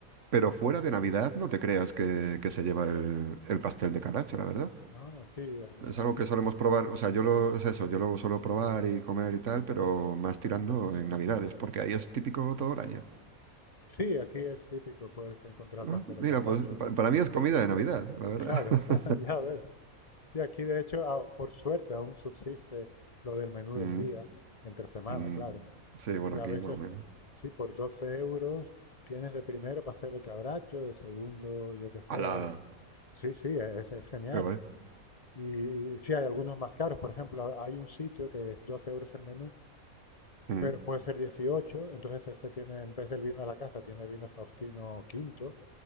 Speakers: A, on the right; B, on the left.
A: pero fuera de Navidad no te creas que, que se lleva el, el pastel de calacho, la verdad.
B: Ah, sí, eh,
A: Es
B: aquí
A: algo que
B: s-
A: solemos probar, o sea, yo lo, es eso, yo lo suelo probar y comer y tal, pero más tirando en Navidades, porque ahí es típico todo el año.
B: sí, aquí es típico, puedes encontrar pastel
A: Ah,
B: de
A: Mira,
B: cabracho.
A: pues pa- para mí es comida de Navidad, la verdad.
B: Claro,
A: <laughs>
B: <laughs> ya ves. Sí, aquí de hecho, ah, por suerte aún subsiste lo del menú
A: Mm,
B: del día, entre semana,
A: mm.
B: claro.
A: Sí, bueno,
B: Y a
A: aquí
B: veces,
A: más o menos.
B: sí, por 12 euros tienes de primero pastel de cabracho, de segundo, yo qué sé.
A: ¡Hala!
B: Sí, sí, es, es genial.
A: ¡Qué guay!
B: Y sí, hay algunos más caros. Por ejemplo, hay un sitio que es 12 euros el menú,
A: Mm,
B: pero puede ser dieciocho Entonces ese tiene, en vez del vino de la casa, tiene vino Faustino quinto